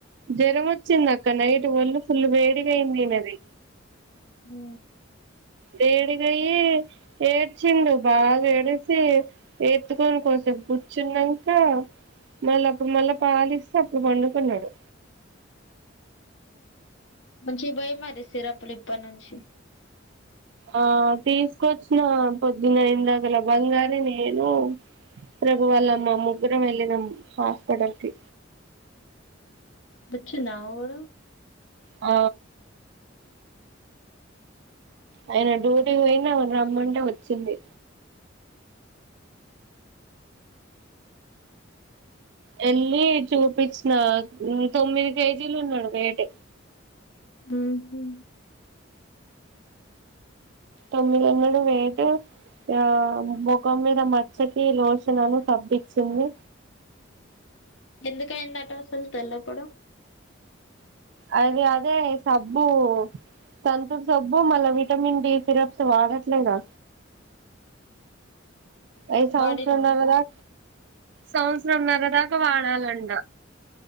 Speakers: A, on the right; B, on the left.
A: జ్వరం వచ్చింది అక్క నైట్ ఒళ్ళు ఫుల్లు వేడిగాయింది ఈయనది
B: ఉ
A: వేడిగయ్య ఏడ్చిండు బాగా ఏడిస్తే ఏత్తుకోని కోసం కూర్చున్నాక మళ్ళా అప్పుడు మళ్ళా పాలిస్తే అప్పుడు పండుకున్నాడు
B: మంచిగా పోయి మరీ సిరప్ లు ఇప్పటినుంచి
A: ఆ తీసుకొచ్చిన పొద్దున ఇందాకల బంగారీ నేను ప్రభు వల్ల అమ్మ ముగ్గురం వెళ్ళినం హాస్పిటల్ కి
B: వచ్చిందా అవాడ
A: ఆ అయన డ్యూటీకి పోయినా రమ్మంటే వచ్చింది వెళ్ళి చూపించిన తొమ్మిది కేజీలు ఉన్నాడు వెయిట్
B: ఉహు
A: తొమ్మిది ఉన్నాడు వేయిట్ ఆ ముఖం మీద మచ్చకి లోషన్ అని సబ్బు ఇచ్చింది
B: ఎందుకు ఆయింది అట అసలు తెల్ల పొడ
A: అది అదే సబ్బు సంతూర్ సబ్బు మళ్ళా విటమిన్ డి సిరప్స్ వాడట్లేదా అవి సంవత్సరం
B: బాడీలోనా
A: నర్రా దాకా సంవత్సరం నరదాకా వాడాలంట